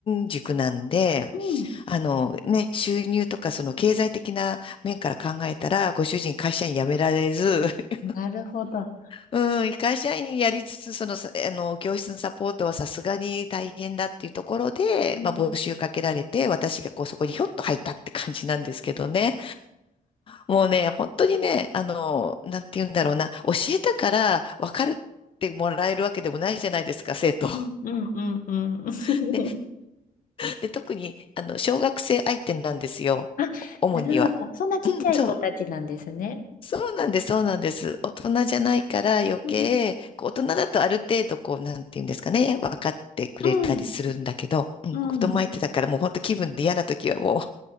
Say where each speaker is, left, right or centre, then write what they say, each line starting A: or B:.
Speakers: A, on the left (about 35°); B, on the left (about 70°).
A: 塾なんで、
B: うん、
A: あのね、収入とかその経済的な面から考えたら、ご主人会社員辞められず、<laughs>
B: なるほど。
A: うん、会社員やりつつ、その、さあの、教室のサポートはさすがに大変だっていうところで、
B: うん。
A: まあ、募集かけられて、私がこう、そこにひょっと入ったって感じなんですけどね。もうね、本当にね、あの、なんて言うんだろうな、教えたから分かるってもらえるわけでもないじゃないですか、生徒。
B: うん、うん、うん、うん。
A: <laughs> で、で、特に、あの、小学生相手なんですよ。
B: あ、
A: 主には。
B: なるほど。そんなちっちゃい子たちなんですね。
A: うん、そう。そうなんです、そうなんです。大人じゃないから余計、
B: うん
A: こう大人だとある程度こう、なんていうんですかね、分かってくれたりするんだけど、
B: うん
A: うん、
B: うん
A: 子供相手だからもう本当気分で嫌な時はもう